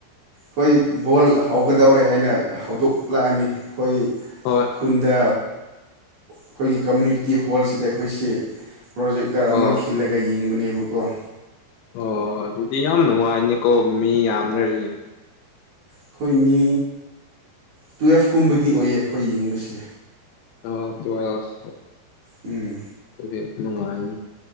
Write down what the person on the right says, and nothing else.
ꯍꯣꯏ ꯕꯣꯜ ꯍꯧꯒ ꯇꯧꯔꯦ ꯍꯥꯏꯅ ꯍꯧꯗꯣꯛꯂꯛꯑꯅꯤ ꯑꯩꯈꯣꯏ
ꯈꯨꯟꯗ ꯑꯈꯣꯏꯒꯤ ꯀꯝꯃꯨꯅꯤꯇꯤ ꯍꯣꯜꯁꯤꯗ ꯑꯩꯈꯣꯏꯁꯦ ꯄ꯭ꯔꯣꯖꯦꯛꯇꯔ
ꯑꯃ ꯈꯤꯜꯂꯒ ꯌꯦꯡꯕꯅꯦ꯫ ꯑꯗꯨꯀꯣ
ꯑꯈꯣꯏ ꯃꯤ ꯇꯨꯋꯦꯜꯐꯀꯨꯝꯕꯗꯤ ꯑꯣꯏꯌꯦ ꯑꯩꯈꯣꯏ ꯌꯦꯡꯕꯁꯦ꯫
ꯎꯝ꯫